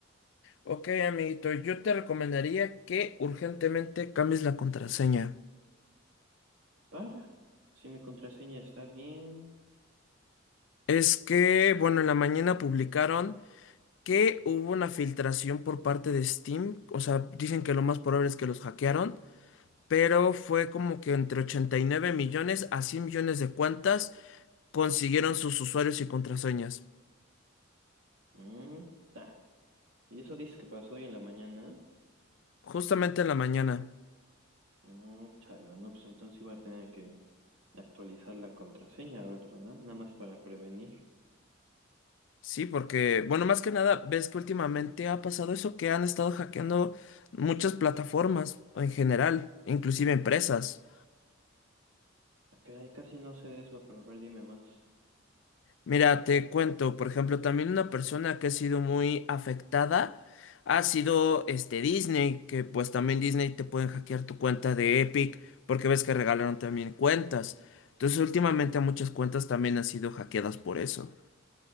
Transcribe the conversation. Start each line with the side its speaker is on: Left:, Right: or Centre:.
Left: Ok, amiguito, yo te recomendaría que urgentemente cambies la contraseña.
Right: Para, si mi contraseña está bien.
Left: Es que, bueno, en la mañana publicaron que hubo una filtración por parte de Steam. O sea, dicen que lo más probable es que los hackearon, pero fue como que entre 89 millones a 100 millones de cuentas consiguieron sus usuarios y contraseñas.
Right: Mm, ta. ¿Y eso dices que pasó hoy en la mañana?
Left: Justamente en la mañana.
Right: Mm, chala, no, pues entonces iba a tener que actualizar la contraseña, ¿verdad? Nada más para prevenir.
Left: Sí, porque, bueno, más que nada, ves que últimamente ha pasado eso que han estado hackeando muchas plataformas en general, inclusive empresas.
Right: Ah, Caray, casi no sé de eso, pero a ver, dime más.
Left: Mira, te cuento, por ejemplo, también una persona que ha sido muy afectada ha sido este Disney, que pues también Disney te pueden hackear tu cuenta de Epic, porque ves que regalaron también cuentas. Entonces, últimamente muchas cuentas también han sido hackeadas por eso.